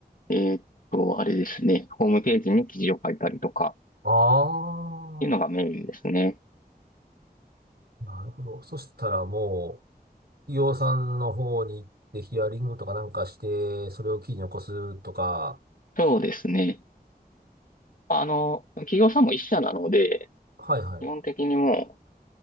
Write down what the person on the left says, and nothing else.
えっと、あれですね、ホームページに記事を書いたりとか、
っていうのがメインですね。
そうですね。まああの、企業さんも一社なので、
基本的にもう、